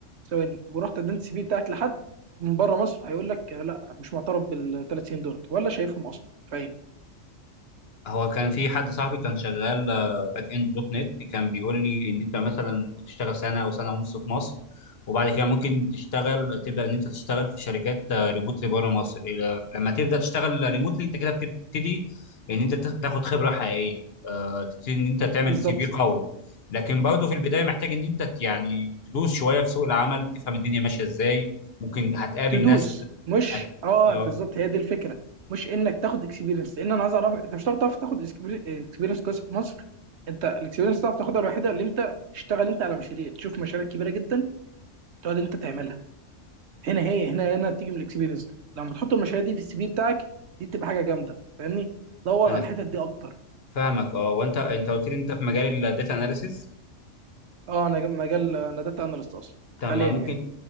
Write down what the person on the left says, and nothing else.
هو كان في حد صاحبي كان شغال باك اند دوت نت كان بيقول لي ان انت مثلا ممكن تشتغل سنه او سنه ونص في مصر وبعد كده ممكن تشتغل تبدا ان انت تشتغل في شركات آه، ريموتلي بره مصر إلى- لما تبدا تشتغل ريموتلي انت كده بتبتدي ان انت تاخ- تاخد خبره حقيقيه آه، تبتدي ان انت تعمل
سي في قوي لكن برضه في البدايه محتاج ان انت ت- يعني تدوس شويه في سوق العمل تفهم الدنيا ماشيه ازاي ممكن هتقابل
ناس
هت...
اه
انا
فاهمك اه وانت انت قلت لي انت في مجال الداتا اناليسيس
طب
ما ممكن